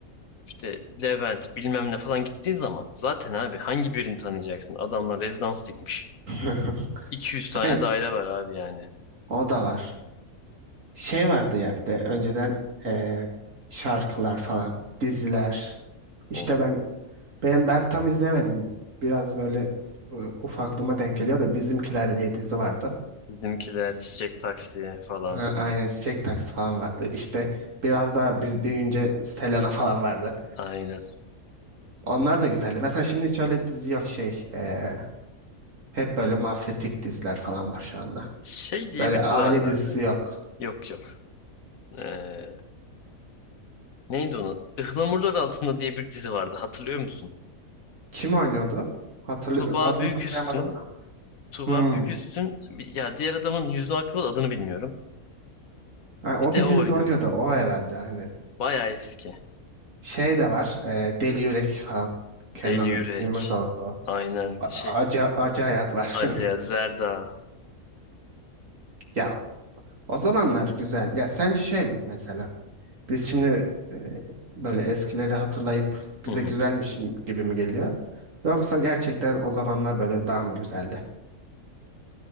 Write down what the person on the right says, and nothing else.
<laughs>
Aynen,
o da var. Şey vardı ya bir de önceden ee, şarkılar falan, diziler. İşte
ben ben ben tam izlemedim. Biraz böyle e, ufaklığıma denk geliyor da Bizimkiler diye dizi vardı.
Ha, aynen çiçek taksi falan vardı. İşte biraz daha biz büyüyünce Selena <laughs> falan vardı.
Onlar da güzeldi. Mesela şimdi hiç öyle dizi yok şey. eee, hep böyle mafyatik diziler falan var şu anda.
Böyle
aile
dizisi
yok.
Kim oynuyordu? Hatırlı
adını
hatırlayamadım da.
Hmm.
Ha,
o
bir
dizide
oynuyordu. O herhalde aynen.
Şey de var. eee, Deli Yürek falan. Kenan
İmirzalıoğlu.
A-
Acı, acı hayat var.
<laughs>
Ya o zamanlar güzel. Ya sence şey mi mesela? Biz şimdi e, böyle eskileri hatırlayıp bize
güzelmiş gibi mi geliyor? Yoksa gerçekten o zamanlar böyle daha mı güzeldi?